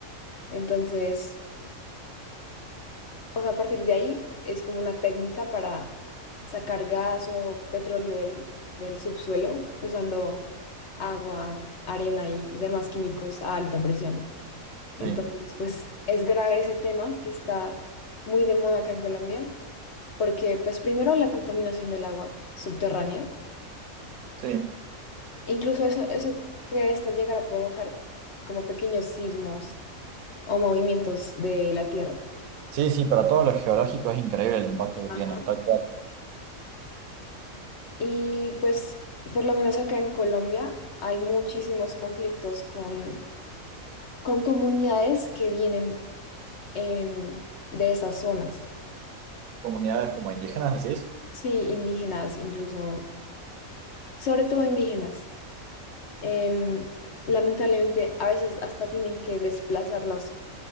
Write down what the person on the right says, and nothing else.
Sí,
Sí,
sí, sí, para todos los geológicos es increíble el impacto que
tiene. Está en
comunidades como indígenas, decís.